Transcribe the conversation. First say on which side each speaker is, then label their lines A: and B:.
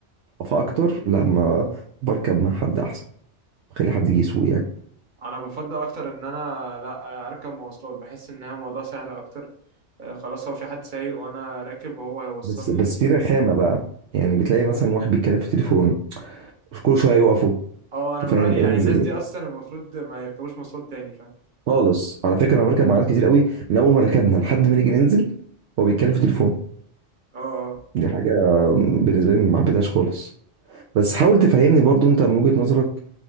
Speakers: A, on the right; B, on the right.
A: فاكتر لا ما بركب مع حد احسن خلي حد يجي يسوق يعني
B: انا بفضل اكتر ان انا لا اركب مواصلات بحس ان هي موضوع سهل اكتر آه، خلاص هو في حد سايق وانا راكب وهو هيوصلني
A: بس بس
B: ف...
A: في رخامه بقى يعني بتلاقي مثلا واحد بيتكلم في التليفون كل شويه يقفوا
B: اه انا
A: انت
B: من
A: فاهم
B: رايي
A: انزل
B: يعني الناس دي اصلا المفروض ما يركبوش مواصلات تاني فاهم
A: خالص على فكره انا بركب مع ناس كتير قوي من اول ما ركبنا لحد ما نيجي ننزل هو بيتكلم في تليفون
B: اه آه.
A: دي حاجه بالنسبه لي ما حبيتهاش خالص بس حاول تفهمني برضو انت من وجهه نظرك